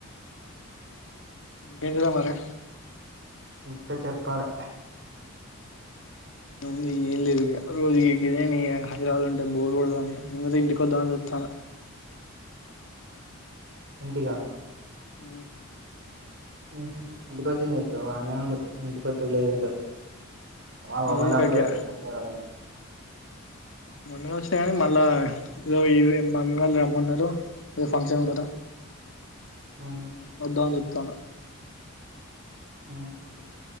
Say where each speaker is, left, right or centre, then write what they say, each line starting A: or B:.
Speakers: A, on the left; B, on the right.
A: ఇంకేంటి రా మరి
B: ఇంకా చెప్పాలే
A: నువ్ ఏం లేదు ఇక రోజు ఎగిదే న హైదరాబాద్ ఉంటే బోర్ కొడదాది ఇంటికి వద్దా అని చస్తాను
B: ఇంటిగా
A: ఊ
B: ఊహు ఇంటికొచ్చి ఏం చేస్తావ్ అన్నే ఉండు ఇంటికొత్తే ఊర్లో తిరుగుతర్. అగోమల్ల
A: ఏదిక
B: అప్పుడే
A: గ్యా
B: వచ్చి నట్ట్గా
A: మొన్ననే వచ్చినాయి కానీ మళ్ళా ఏదో ఇదో మా అమ్మవాళ్ళు రమ్మన్నారు ఏదో ఫంక్షన్ ఉందంట
B: ఆహా!
A: మధ్యాన్నాం చేబుతాను.
B: ఆ